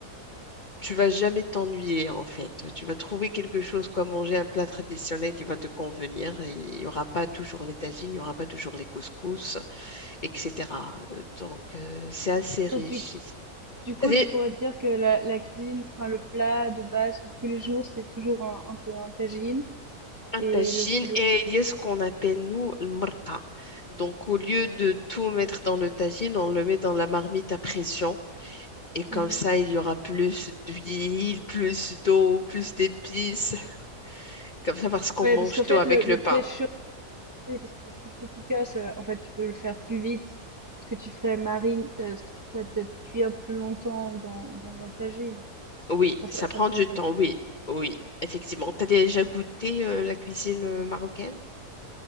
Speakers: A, on the left; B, on the right.
A: tu vas jamais t'ennuyer, en fait. Tu vas trouver quelque chose, quoi, manger un plat traditionnel qui va te convenir. Et il n'y aura pas toujours les tagines, il n'y aura pas toujours les couscous, etc. Euh, Donc, euh, c'est assez riche.
B: Et du
A: ici.
B: Du
A: T'as
B: coup,
A: dé-
B: tu pourrais dire que la, la cuisine, enfin le plat de base de tous les jours, c'est toujours un, un peu un tagine
A: Un
B: et
A: tagine
B: le le.
A: et il y a ce qu'on appelle nous le marqa. Donc au lieu de tout mettre dans le tagine, on le met dans la marmite à pression et comme
B: Mhm.
A: ça il y aura plus d'huile, plus d'eau, plus d'épices, comme ça parce qu'on
B: Ouais,
A: mange
B: parce qu'en
A: tout
B: fait
A: avec
B: le le
A: le pain.
B: pré-chaud, oui, parce que le pré-chaud cooker, ça, en fait, tu peux le faire plus vite. Ce que tu ferais marine, euh, ce que tu ferais peut-être cuire plus longtemps dans dans un tagine.
A: Oui,
B: Enfin,
A: ça
B: ça ça
A: prend
B: prendra
A: du temps,
B: plus
A: oui, oui, effectivement. T'as déjà goûté euh, la cuisine euh, marocaine?